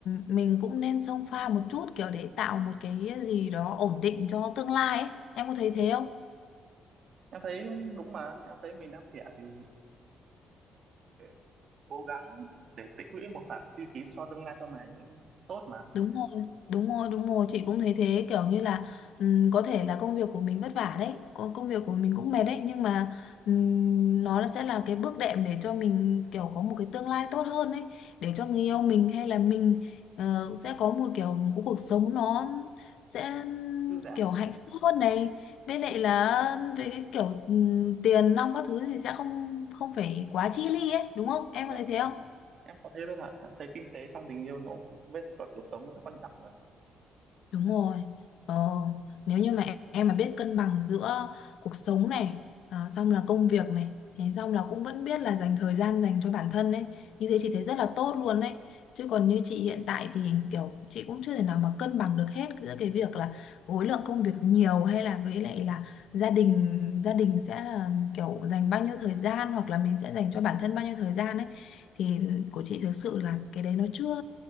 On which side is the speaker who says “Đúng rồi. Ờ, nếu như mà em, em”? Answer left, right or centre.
Left